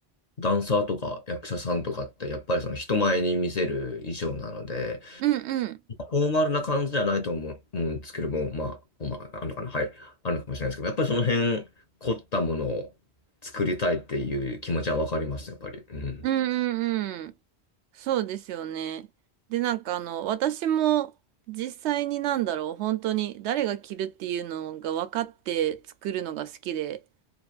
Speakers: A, on the left; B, on the right.
A: ダンサーとか役者さんとかってやっぱりその人前に見せる衣装なので、
B: うんうん。
A: フォーマルな感じじゃないと思う思うんですけども、まあ、まあ、あるのかな、はい、あるのかもしれないですけど、やっぱりその辺凝ったものを作りたいっていう気持ちはわかります、やっぱり。うん。
B: うんうんうん。そうですよね。で、なんかあの、私も実際になんだろう、本当に誰が着るっていうのが分かって作るのが好きで、